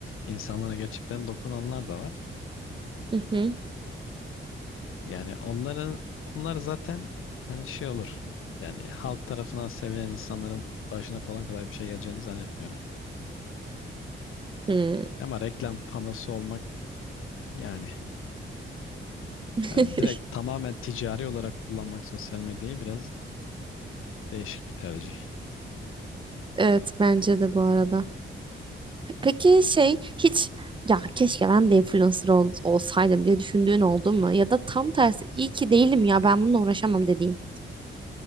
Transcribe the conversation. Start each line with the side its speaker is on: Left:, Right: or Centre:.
Left: insanlara gerçekten dokunanlar da var.
Right: Hı hı.
Left: Yani onların onlar zaten hani şey olur. Yani halk tarafından sevilen insanların başına kolay kolay bir şey geleceğini zannetmiyorum.
Right: Hı.
Left: Ama reklam panosu olmak yani
Right: <laughs>
Left: Hani direkt tamamen ticari olarak kullanmak sosyal medyayı biraz değişik bir tercih.
Right: Evet bence de bu arada. Peki şey hiç ya keşke ben de influencer ol- olsaydım diye düşündüğün oldu mu? Ya da tam tersi iyi ki değilim ya ben bununla uğraşamam dediğin.